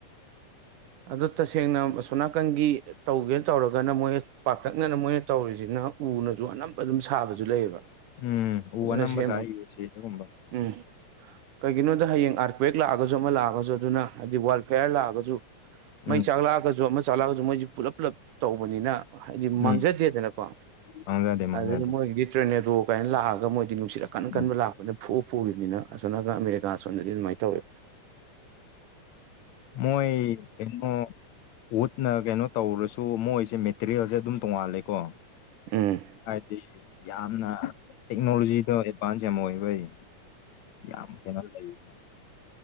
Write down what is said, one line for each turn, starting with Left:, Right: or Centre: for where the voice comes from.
Right: ꯑꯗꯨ ꯇꯁꯦꯡꯅ ꯑꯁꯣꯝꯅꯥꯀꯟꯒꯤ ꯇꯧꯒꯦꯅ ꯇꯧꯔꯒꯅ ꯃꯣꯏ ꯄꯥꯛꯇꯛꯅꯅ ꯃꯣꯏꯅ ꯇꯧꯔꯤꯁꯤꯅ ꯎꯅꯁꯨ ꯑꯅꯝꯕ ꯑꯗꯨꯝ ꯁꯥꯕꯁꯨ ꯂꯩꯌꯦꯕ
Left: ꯎꯝ ꯎ
Right: ꯐꯖꯟꯅ
Left: ꯑꯅꯝꯕ
Right: ꯁꯦꯝꯕ
Left: ꯁꯥꯏ ꯌꯨ ꯁꯤꯗꯒꯨꯝꯕ
Right: ꯎꯝ ꯀꯩꯒꯤꯅꯣꯗ ꯍꯌꯦꯡ ꯑꯥꯔꯀꯋꯦꯛ ꯂꯥꯛꯑꯒꯁꯨ ꯑꯃ ꯂꯥꯛꯑꯒꯁꯨ ꯑꯗꯨꯅ ꯍꯥꯏꯗꯤ ꯋꯥꯜ ꯐꯦꯌꯥꯔ ꯂꯥꯛꯑꯒꯁꯨ
Left: ꯎꯝ
Right: ꯃꯩ ꯆꯥꯛꯂꯛꯑꯒꯁꯨ ꯑꯃ ꯆꯥꯛꯂꯛꯑꯒꯁꯨ ꯃꯣꯏꯁꯦ ꯄꯨꯂꯞ ꯄꯨꯂꯞ ꯇꯧꯕꯅꯤꯅ ꯍꯥꯏꯗꯤ
Left: ꯎꯝ
Right: ꯃꯥꯡꯖꯗꯦꯗꯅꯀꯣ
Left: ꯃꯥꯡꯖꯗꯦ ꯃꯥꯡꯖꯗꯦ
Right: ꯑꯗꯒꯤ ꯃꯣꯏꯒꯤꯗꯤ ꯇ꯭ꯔꯦꯅꯦꯗꯣ <unintelligible> ꯂꯥꯛꯑꯒ ꯃꯣꯏꯗꯤ ꯅꯨꯡꯠ ꯑꯀꯟ
Left: ꯎꯝ
Right: ꯀꯟꯕ ꯂꯥꯛꯄ ꯑꯩꯈꯣꯏꯅ ꯐꯨꯑ ꯄꯨꯈꯤꯕꯅꯤꯅ ꯑꯁꯣꯝꯅꯀꯟ ꯑꯃꯦꯔꯤꯀꯥ ꯁꯣꯟꯗꯗꯤ ꯑꯗꯨꯃꯥꯏꯅ ꯇꯧꯋꯦ
Left: ꯃꯣꯏ ꯀꯩꯅꯣ ꯋꯨꯠꯅ ꯀꯩꯅꯣ ꯇꯧꯔꯁꯨ ꯃꯣꯏꯁꯦ ꯃꯦꯇꯔꯤꯌꯦꯜꯁꯦ ꯑꯗꯨꯝ ꯇꯣꯡꯉꯥꯜꯂꯦꯀꯣ
Right: ꯎꯝ
Left: ꯍꯥꯏꯗꯤ ꯌꯥꯝꯅ ꯇꯦꯛꯅꯣꯂꯣꯖꯤꯗꯣ ꯑꯦꯗꯚꯥꯟꯁ ꯌꯥꯝ ꯑꯣꯏꯕꯩ ꯌꯥꯝ ꯀꯩꯅꯣ ꯂꯩꯕ